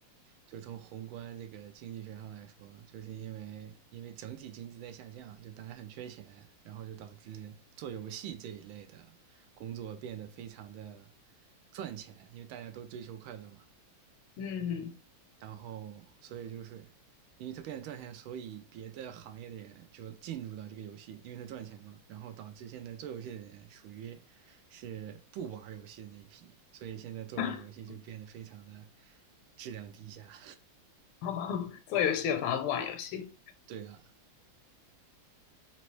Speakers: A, on the right; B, on the left.
A: 就从宏观这个经济学上来说，就是因为因为整体经济在下降，就大家很缺钱，然后就导致做游戏这一类的工作变得非常的赚钱，因为大家都追求快乐嘛。
B: 嗯，
A: 然后所以就是因为它变得赚钱，所以别的行业的人就进入到这个游戏，因为它赚钱嘛，然后导致现在做游戏的人属于是不玩游戏的那一批，所以现在做出来游戏就变得非常的
B: <laughs>
A: 质量低下。
B: 哦，做游戏有反而不玩游戏。
A: 对啊，